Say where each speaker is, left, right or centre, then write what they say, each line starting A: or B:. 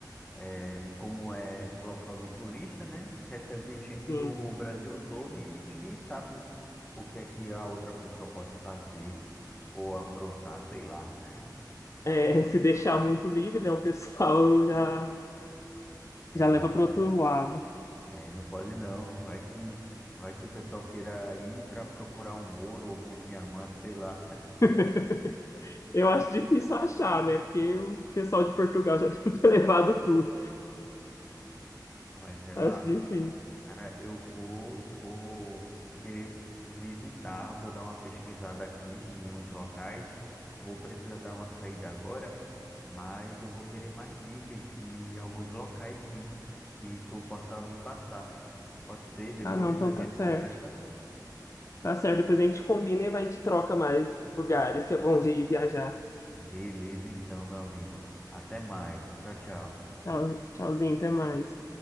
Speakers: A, on the left; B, on the left.
A: É, como é local de turista, né? Recebe gente
B: Sim.
A: do Brasil todo e ninguém sabe o que é que a outra pessoa pode fazer ou aprontar, sei lá.
B: É, <laughs> se deixar muito livre, né? O pessoal já
A: É,
B: já leva para outro lado.
A: é, não pode não. Vai que vai que o pessoal queira ir para procurar um ouro, algum diamante, sei lá.
B: <laughs> Eu acho difícil achar, né? Porque o pessoal de Portugal já <laughs> deve ter levado tudo.
A: Mas é
B: Acho
A: massa.
B: difícil.
A: Cara, eu vou, vou querer visitar, vou dar uma pesquisada aqui em uns locais. Vou precisar dar uma saída agora, mas eu vou querer mais dicas de alguns locais, sim, que tu possa me passar. Pode ser, depois
B: Ah, não, então
A: a gente
B: tá certo.
A: conversa?
B: Tá certo, depois a gente combina e vai, a gente troca mais lugares, que é bom de ir viajar.
A: Beleza, então, meu amigo. Até mais. Tchau, tchau.
B: Tchau, tchauzinho, até mais.